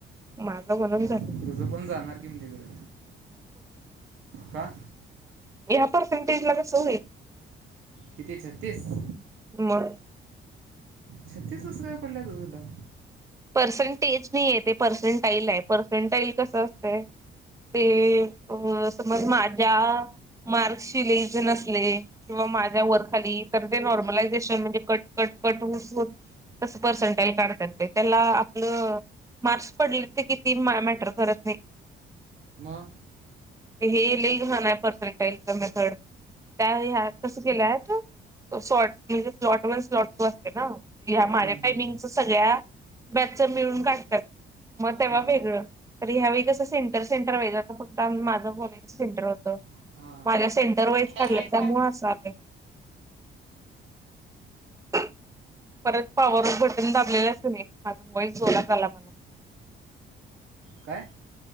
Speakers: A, on the right (about 15°); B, on the right (about 80°).
A: माझं म्हणून
B: मग
A: झाल
B: तुझं पण जाणार की म तिकडे. का?
A: ह्या पर्सेंटेज ला कसं होईल?
B: किती छत्तीस?
A: म.
B: छत्तीस कसं काय पडल्यात ग तुला?
A: पर्सेंटेज नाही ये ते पर्सेनटाईल हाय, पर्सेनटाईल कसं असतंय? ते, अ समज माझ्या मार्क्सशी लई जण असले किंवा माझ्या वर खाली तर ते नॉर्मलायझेशन म्हणजे कट कट कट होत होत तसं पर्सेंटाइल काढत्यात ते. त्याला आपलं, मार्क्स पडले ते किती मॅटर करत नाही.
B: आ.
A: हे लई घाण हाय पर्सेंटाइलच मेथड, त्या ह्या कसं केल्यात सॉट म्हणजे स्लॉट वन, स्लॉट टू असतय ना? ह्या माझ्या
B: हम्म, हम्म.
A: टायमिंगच्या सगळ्या बॅचचं मिळून काढत्यात, मग तेव्हा
B: हां
A: वेगळं. तर ह्यावेेळी कसं सेंटर सेंटर वॉईज, आता फक्त माझं कॉलेजच सेंटर होतं.
B: हां हां
A: माझ्या सेंटर वाईज
B: दरवेळेस
A: काढल्यात त्यामुळं
B: का
A: असं आलंय. <inaudible> परत पॉवर ऑफ बटन दाबल्यालास कणी, माझा व्हॉईस जोरात आला मला.
B: काय?